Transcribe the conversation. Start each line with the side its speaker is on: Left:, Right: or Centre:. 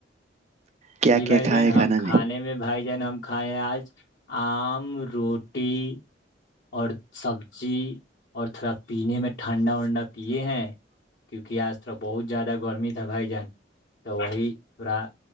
Right: کیا
Left: جی
Right: کیا
Left: بھائی
Right: کھائے
Left: جان
Right: کھانا
Left: ہم کھانے میں بھائی جان ہم کھائے ہیں آج آم روٹی اور سبزی اور تھوڑا پینے میں ٹھنڈا ونڈا پیے ہیں کیونکہ آج تھوڑا بہت زیادہ گرمی تھا بھائی جان تو وہی تھوڑا